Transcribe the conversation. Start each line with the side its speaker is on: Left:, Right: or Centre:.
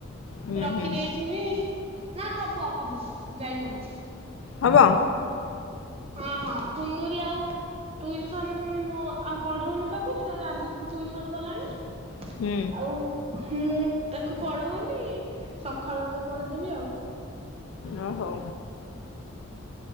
Left: ହୁଁ
Right: ରଖି
Left: ହୁଁ
Right: ଦେଇଥିବି ନା ହବ ହବ ଯାଇହବ।
Left: ହବ।
Right: ହଁ ହଁ କୁନୁରି ଆଉ ଟିଉସନ ମୁଁ ଆଉ ପଢଉନି ତାକୁ। ସେ ଆଜିଠୁ ଟ୍ୟସନ ଗଲାଣି
Left: ହୁଁ
Right: ଆଉ। ମୁଁ ତାକୁ ପଢଉନି ସକାଳ ମୁଁ ପଢିଦେବି ଆଉ।
Left: ଓ ହଉ।